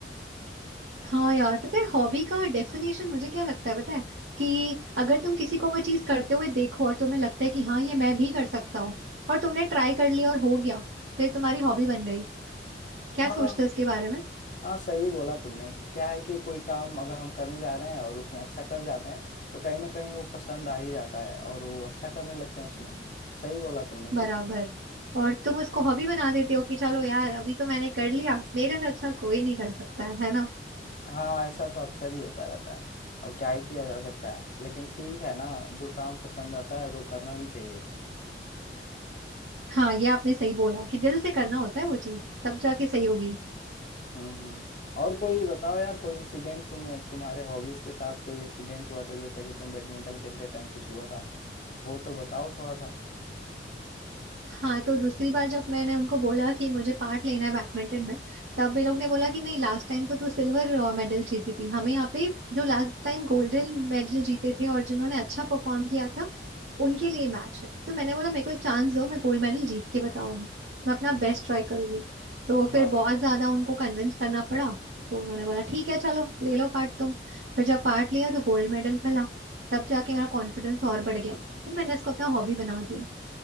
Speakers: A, on the right; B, on the left.
A: हाँ यार पता है हॉबी का डेफिनेशन मुझे क्या लगता है पता है कि अगर तुम किसी को वो चीज करते हुए देखो और तुम्हें लगता है कि हाँ ये मैं भी कर सकता हूँ और तुमने ट्राई कर लिया और हो गया तो ये तुम्हारी हॉबी बन गई क्या
B: हाँ
A: सोचते हो इसके बारे में
B: हाँ सही बोला तुमने कि- क्या है कि कोई काम अगर हम करने जा रहे हैं और उसमें अच्छा कर जाते हैं तो कहीं ना कहीं वो पसंद आ ही जाता है और वो अच्छा करने लगते हैं उसमें सही बोला तुमने बिल्कुल
A: बराबर और तुम उसको हॉबी बना देते हो कि चलो यार अभी तो मैंने कर लिया मेरे से अच्छा कोई नहीं कर सकता है है ना
B: हाँ ऐसा तो अक्सर ही होता रहता है अब क्या ही किया जा सकता है लेकिन ठीक है ना जो काम पसंद आता है तो करना भी चाहिए
A: हाँ ये आपने सही बोला कि दिल से करना होता है वो चीज तब जाके सही होगी
B: हम्म हम्म और कोई बताओ यार कोई इंसिडेंट तुम्हें तुम्हारे हॉबीज के साथ कोई इंसिडेंट हुआ था जैसे कि तुम बैडमिंटन खेलते टाइम कुछ हुआ था वो तो बताओ थोड़ा सा
A: हाँ तो दूसरी बार जब मैंने उनको बोला कि मुझे पार्ट लेना है बैडमिंटन में तब वे लोग ने बोला कि नहीं लास्ट टाइम तो तू सिल्वर मेडल जीती थी हमें यहाँ पे जो लास्ट टाइम गोल्डन मेडल जीते थे और जिन्होंने अच्छा परफॉर्म किया था उनके लिए मैच है तो मैंने बोला मेरे को एक चांस दो मैं गोल्ड मेडल जीत के बताऊंगी मैं अपना बेस्ट ट्राई करूंगी तो
B: हाँ
A: फिर बहुत ज्यादा उनको कन्विंस करना पड़ा तो उन्होंने बोला ठीक है चलो ले लो पार्ट तुम फिर जब पार्ट लिया तो गोल्ड मेडल मिला तब जाके मेरा कॉन्फिडेंस और बढ़ गया तो मैंने इसको अपना हॉबी बना दिया